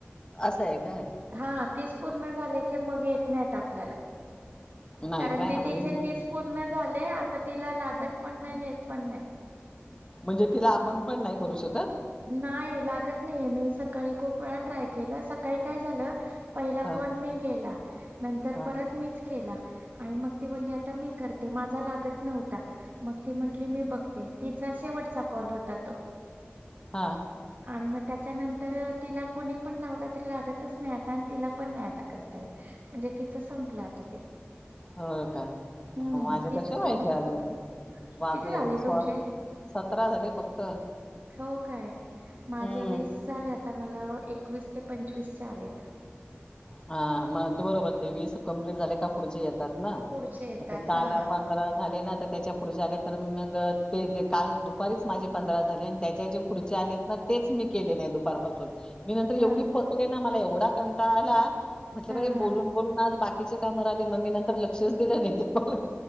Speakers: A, on the left; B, on the right.
A: असं आहे. काय?
B: हा तेीच पूर्ण झाले की मग. येत आपल्याला
A: नाही
B: कारण
A: का
B: दिदीचे
A: भाई ना
B: तीस पूर्ण झाले आता तिला लागत पण नाही येत पण नाही.
A: म्हणजे तिला आपण पण नाही करू शकत.
B: नाही लागत नाहीये मी सकाळी खूप वेळा ट्राय केलं. सकाळी काय झालं. पहिला
A: ह
B: कॉल मी केला नंतर
A: ह
B: परत मीच केला. आणि मग ती बली आता मी करते माझा लागत नव्हता. मग ती म्हंटली मी बघते तिचा शेवटचा कॉल होता. तो
A: हा हा,
B: आणि मग त्या त्याच्यानंतर तिला कुणी पण लावलं तरी लागतच नाही. आता आणि तिला पण नाही आता करताय. म्हणजे त्याच संपलं आता ते
A: हो काय मग
B: हम्
A: माझे
B: तेच
A: कसे
B: कॉल
A: व्हायचे
B: आहे
A: अजून
B: तोपर्यंत
A: बापरे
B: किती झाले
A: सोळा
B: तुमचे
A: सतरा झाले फक्त
B: हो काय
A: हम्म
B: माझे वीस झा आता मला एकवीस ते पंचवीस आले.
A: हा मग बरोबर ते वीस कंप्लीट झाले का पुढचे येतात. ना
B: पुढचे येतात
A: काल
B: हा
A: पंधरा झाले ना. त्याच्या पुढचे आले तर मग ते जे काल दुपारीच माझे पंधरा झाले आणि त्याच्या जे पुढचे आलेत ना तेच मी केले नाही दुपारपासून. मी नंतर
B: हां
A: पकले ना मला एवढ. एवढा कंटाळ आला. म्हटल
B: हां
A: बोलून-बोलून आज बाकी. बाकीची काम राहिले मग मी नंतर लक्षच दिलं नाही ते कॉल